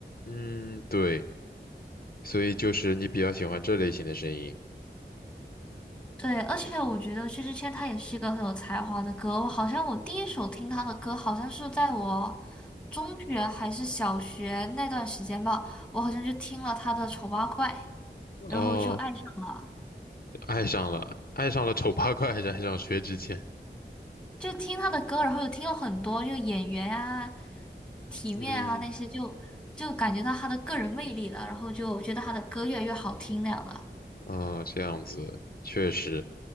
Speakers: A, on the left; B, in the centre.
A: 嗯对，所以就是你比较喜欢这类型的声音，
B: 对，而且我觉得薛之谦他也是一个很有才华的歌，我好像我第一首听他的歌，好像是在我中学还是小学那段时间吧，我好像就听了他的《丑八怪》，
A: 哦，
B: 然后就爱上了，
A: 爱上了，爱上了丑八怪，还是爱上薛之谦？
B: 就听他的歌，然后又听了很多，就演员啊。体面啊那些就，
A: 嗯。
B: 就感觉到他的个人魅力了，然后就觉得他的歌越来越好听那样的。
A: 啊，这样子确实，